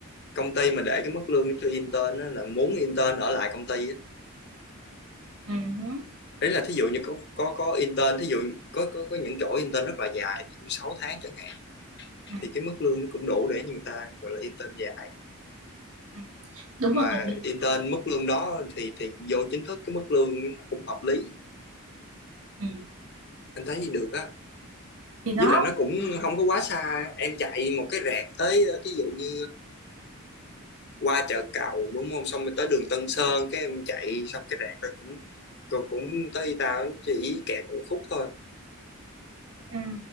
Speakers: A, on the left; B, on the right.
A: công ty mà để cái mức lương cho intern á, là muốn intern ở lại công ty á.
B: ừ, hứ,
A: Đấy là thí dụ như có có có intern thí dụ có có, có những chỗ intern rất là dài thí dụ 6 tháng chẳng hạn
B: ừ,
A: thì cái mức lương nó cũng đủ để người ta gọi là intern dài
B: ừ. đúng
A: mà
B: rồi còn gì
A: intern mức lương đó thì thì vô chính thức cái mức lương nó cũng hợp lý
B: ừ.
A: anh thấy gì được á
B: thì đó
A: với lại nó cũng không có quá xa em chạy một cái rẹt tới ví dụ như qua chợ Cầu đúng không xong rồi tới đường Tân Sơn cái em chạy xong cái rạc rồi cũng rồi cũng tới tao chỉ kẹt một khúc thôi
B: ừ.